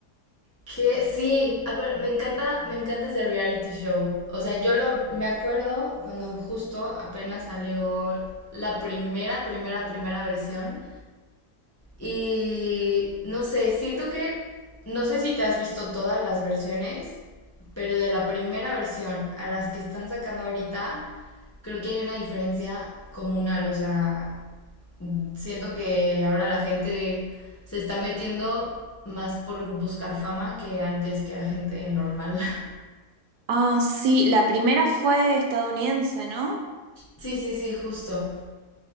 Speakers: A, on the left; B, on the right.
A: Que sí, apar- me encanta, me encanta ese reality show. O sea, yo lo me acuerdo cuando justo apenas salió la primera, primera, primera versión. Y no sé, siento que, no sé si te has visto todas las versiones, pero de la primera versión a las que están sacando ahorita, creo que hay una diferencia comunal. O sea, siento que ahora la gente se está metiendo más por buscar fama que antes que era gente normal. <laughs>
B: Ah, sí, la primera fue estadounidense, ¿no?
A: Sí, sí, sí, justo.